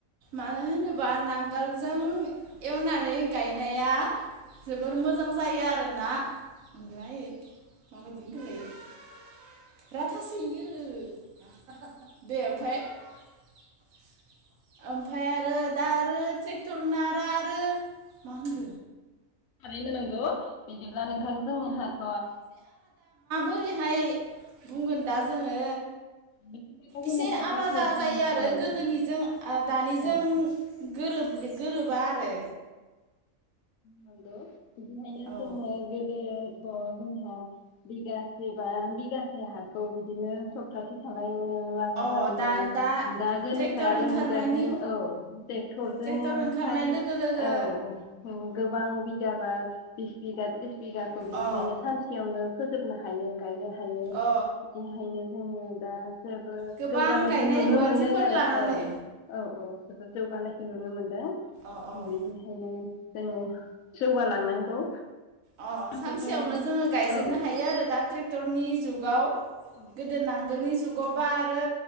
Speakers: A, on the right (about 75°); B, on the left (about 80°).
A: मानो होनोबा नांग गोलजों एवनानै गायनाया जोबोर मोजां जायो आरोना <unintelligible> <unintelligible> ओमफाय आरो दा आरो‌ ट्रेकथरना रारो। <unintelligible>
B: थारैनो नंगौ बिदिब्ला नोंथां जोंहाथ'
A: ओरैहाय बुंगोन दा जोङो
B: बिदिनो होनोबा
A: एसे आलादा
B: ट्रेक्टरजों
A: जायो आरो
B: ओं
A: गोदोनिजों दानिजों
B: ओं
A: गोरोबलि गोरोबा आरो
B: नांगौ बिनिखायनो
A: औ
B: जोङो गोदो जोंहा बिगासे बा बिगासे हाखौ बिदिनो सप्तासे खालायावनो लागा
A: अ
B: जायोमोन
A: दा
B: दा गोनोखोआरि
A: ट्रेक्टर ओंखारनायनि
B: मुगाजों औ ट्रेक्टरजोंहाय
A: ट्रेक्टर ओंखारनाय लोगो लोगो
B: औ औ गोबां बि बिगाबा बिस बिगा त्रिस बिगा बिघाखौ बिदिहायनो
A: अ
B: खानसेयावनो फोजोबनो हायो। गायनो हायो। बिदिहायनो
A: अ
B: जोङो दा जोबोद
A: गोबां
B: जौगानायखो
A: गायनाय
B: नुनो
A: रुवाथिफोर
B: मोनदों आरो
A: लानानै
B: औ औ औ जोबोद जौगानायखो नुनो मोनदों।
A: अ अ
B: बेखायनो जोङो जौगालांनांगौ।
A: अह सानसेयावनो
B: बिदिनो
A: जोङो गायजोबनो
B: औ
A: हायो आरो दा ट्रेक्टरनि जुग जुगाव
B: औ
A: गोदो नांगोलनि जुग गबा आरो